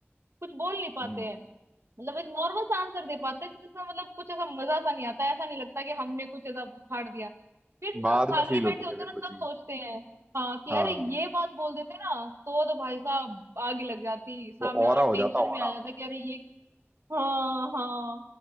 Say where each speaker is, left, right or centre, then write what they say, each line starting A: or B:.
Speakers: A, on the right; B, on the right.
A: कुछ बोल नहीं पाते
B: हम्म
A: हैं मतलब एक नॉर्मल सा आंसर दे पाते हैं जिसमें मतलब कुछ ऐसा मजा सा नहीं आता ऐसा नहीं लगता कि हमने कुछ ऐसा उखाड़ दिया फिर
B: बाद
A: ना खाली
B: में फील
A: बैठे
B: होती
A: होते
B: है फिर
A: हैं ना
B: वो चीज
A: तब सोचते हैं हाँ कि
B: हाँ
A: अरे ये बात बोल देते ना तो तो भाई साहब आग ही लग जाती सामने
B: तो
A: वाला
B: औरा हो
A: टेंशन
B: जाता
A: में
B: औरा
A: आ जाता है कि अरे ये हाँ हाँ